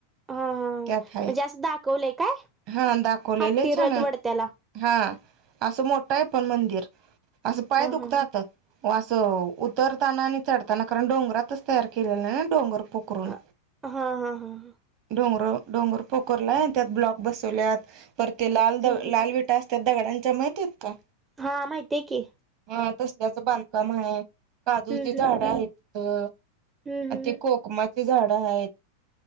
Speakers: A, on the right (about 15°); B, on the right (about 40°).
A: हा हा
B: त्यातय
A: म्हणजे असं दाखवलंय काय
B: हा दाखवलेले
A: हत्ती
B: छान.
A: रथ वडत्याला
B: हा असं मोठं आहे पण मंदिर असं पाय
A: हा
B: दुखतं
A: हा
B: आता व असं उतरताना आणि चढताना कारण डोंगरातच तयार केलेला नाही ना डोंगर पोखरून
A: हा हा हा हा हम्म
B: डोंगर डोंगर पोखरला त्यात ब्लॉक बसवल्यात पर ते लाल
A: हम्म
B: लाल वि असतात दगडांच्या माहतीत का?
A: हा माहितीय की
B: ह तसल्याच बांधकाम आहे काजूची
A: हम्म हम्म
B: झाड आहेत तिथं
A: हम्म
B: ते कोकमाचे झाड आहेत.